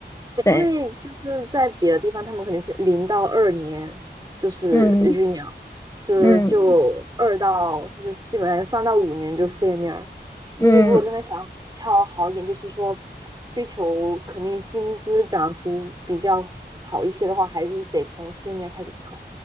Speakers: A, on the left; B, on the right.
A: 对，
B: 因为就是在别的地方，他们肯定是零到二年就是
A: 嗯
B: junior，就是就二到就是基本上三到五年就
A: 嗯
B: senior，就是如果真的想跳好一点，
A: 嗯
B: 就是说追求肯定薪资涨幅比较好一些的话，还是得从 senior 开始跳。